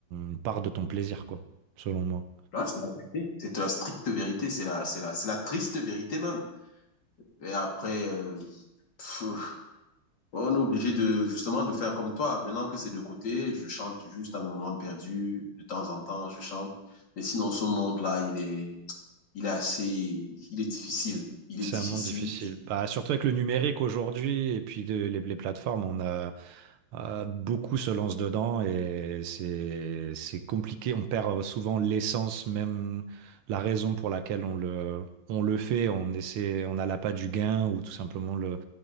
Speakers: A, on the right; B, on the left.
A: une part de ton plaisir, quoi, selon moi.
B: Là, c'est la vérité. C'est la stricte vérité. C'est la, c'est la, c'est la triste vérité même. Et après, euh, pff, on est obligé de, justement, de faire comme toi. Maintenant que c'est de côté, je chante juste à mes moments perdus. De temps en temps, je chante. Mais sinon, ce monde-là, il est, il est assez, il est difficile. Il
A: C'est
B: est difficile.
A: un monde difficile.
B: Et
A: Bah, surtout avec le numérique aujourd'hui et puis de- les, les plateformes, on a euh, beaucoup se lancent dedans et c'est c'est compliqué. On perd euh, souvent l'essence, même la raison pour laquelle on le on le fait. On essaie, on a l'appât du gain ou tout simplement le